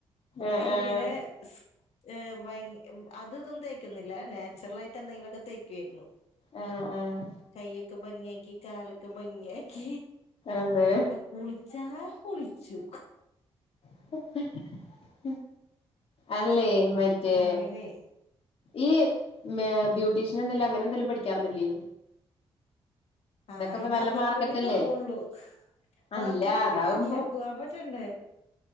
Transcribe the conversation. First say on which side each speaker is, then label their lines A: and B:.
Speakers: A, on the left (about 60°); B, on the left (about 75°).
A: ആഹ്
B: ഭയങ്കര
A: ആഹ്
B: സ് ത് ബയ് അത് തൊന്നും തേക്ക്ന്നില്ല നാച്ചുറലായിട്ട് എന്തെങ്കിലൊക്കെ തേക്കൊയ്ര്ന്നു
A: ആഹ് ആഹ്
B: കയ്യൊക്കെ ഭംഗിയാക്കി കാലൊക്കെ ഭംഗിയാക്കി
A: അതെ
B: ഇപ്പ കുളിച്ചാ കുളിച്ചു
A: <unintelligible> അല്ലേ മറ്റേ
B: അങ്ങനേയ്
A: ഈ മെ ബ്യൂട്ടീഷ്യൻ എന്തേലും അങ്ങനെ എന്തെലും പഠിക്കാറ്ന്നില്ലേ
B: ആഹ് അയ്ഞതും
A: ഇപ്പ നല്ല മാർക്കറ്റ്
B: കൂടി കൊറവൊള്ളൂ
A: അല്ലേ
B: മാർക്കറ്റ്
A: അല്ല
B: ആയിട്ട്
A: അതാവുമ്പോ
B: കാര്യല്ല. പോവാം പറ്റണ്ടേ